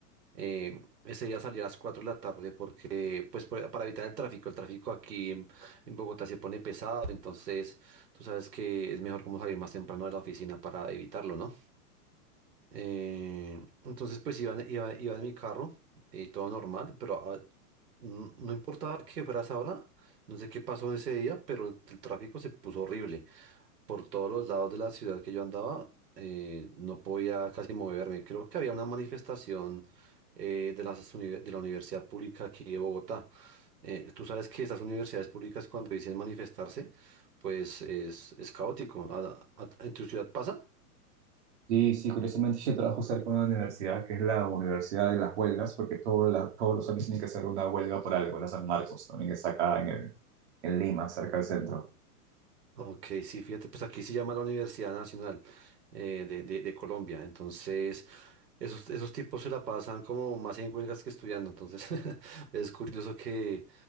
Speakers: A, on the right; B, on the right.
A: Eh, ese día salí a las cuatro de la tarde porque, pues, por- para evitar el tráfico. El tráfico aquí en, en Bogotá se pone pesado, entonces tú sabes que es mejor como salir más temprano de la oficina para evitarlo, ¿no? Eh, entonces, pues iba, en- iba, iba en mi carro y todo normal, pero ah, n- no importaba que fueras ahora, no sé qué pasó en ese día, pero el, el tráfico se puso horrible. Por todos los lados de la ciudad que yo andaba, eh, no podía casi moverme. Creo que había una manifestación eh, de las uni- de la Universidad Pública aquí de Bogotá. Eh, tú sabes que esas universidades públicas cuando dicen manifestarse, pues es, es caótico. ¿A- a- ¿En tu ciudad pasa?
B: Sí, sí, curiosamente yo trabajo cerca de una universidad que es la Universidad de las Huelgas, porque todos la- todos los años tienen que hacer una huelga por algo, la San Marcos, también está acá en, el- en Lima, cerca del centro.
A: Ok, sí, fíjate, pues aquí se llama la Universidad Nacional eh, de, de- de Colombia. Entonces, esos, esos tipos se la pasan como más en huelgas que estudiando. Entonces, <laughs> es curioso que,